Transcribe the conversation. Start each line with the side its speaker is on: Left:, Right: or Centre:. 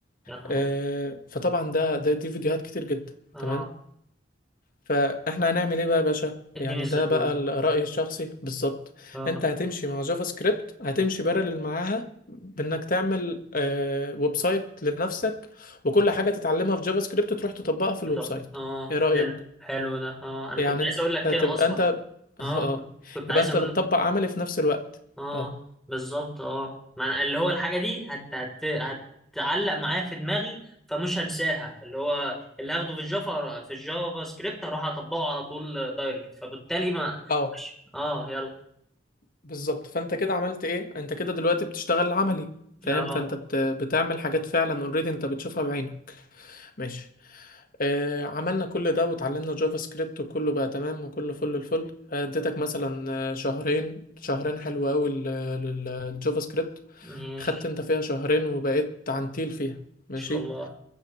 Centre: يا نهار
Left: آه،
Centre: أبيض.
Left: فطبعا ده ده دي فيديوهات كتير جدا
Centre: اه
Left: تمام فاحنا هنعمل ايه بقى يا باشا يعني
Centre: اديني الزيتونة
Left: ده بقى ال- رأيي الشخصي بالظبط
Centre: اه
Left: انت هتمشي مع جافا سكريبت هتمشي بارلل معاها بانك تعمل آه ويب سايت لنفسك وكل حاجة تتعلمها في جافا سكريبت تروح تطبقها في الويب
Centre: طب
Left: سايت
Centre: اه
Left: ايه رأيك
Centre: حلو حلو ده اه انا
Left: يعني
Centre: كنت
Left: انت
Centre: عايز اقول لك
Left: هتبقى
Centre: كده اصلا
Left: انت <laughs>
Centre: اه
Left: اه
Centre: كنت كنت
Left: يبقى
Centre: عايز
Left: انت
Centre: اقول
Left: بتطبق عملي في نفس الوقت
Centre: اه
Left: اه
Centre: بالظبط اه ما أنا اللي هو الحاجه دي هت هت هتعلق معايا في دماغي فمش هنساها اللي هو اللي هاخده في الجافا في الجافا سكريبت هروح اطبقه على طول دايركت فبالتالي ما
Left: اه
Centre: مش اه يلا
Left: بالظبط فانت كده عملت ايه انت كده دلوقتي بتشتغل عملي فاهم
Centre: اه
Left: فانت بت... بتعمل حاجات فعلا اوريدي انت بتشوفها بعينك ماشي آه، عملنا كل ده وتعلمنا جافا سكريبت وكله بقى تمام وكله فل الفل آه، اديتك مثلا آه، شهرين شهرين حلوة أوي لل- للجافا سكريبت
Centre: ماشي
Left: خدت انت فيها شهرين وبقيت عنتيل فيها
Centre: ان
Left: ماشي
Centre: شاء الله